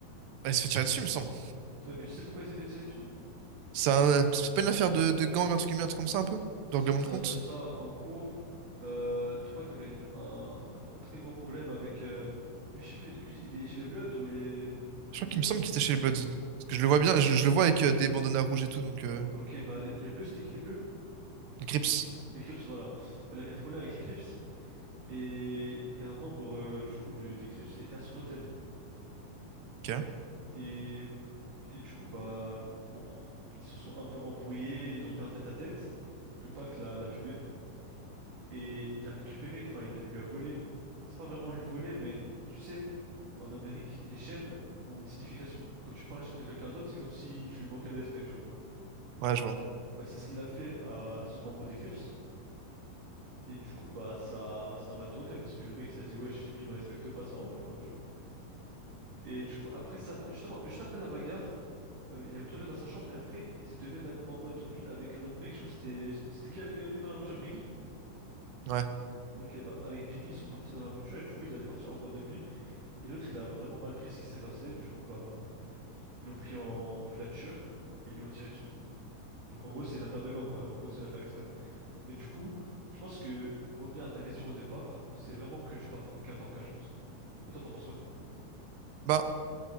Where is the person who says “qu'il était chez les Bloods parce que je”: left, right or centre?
Right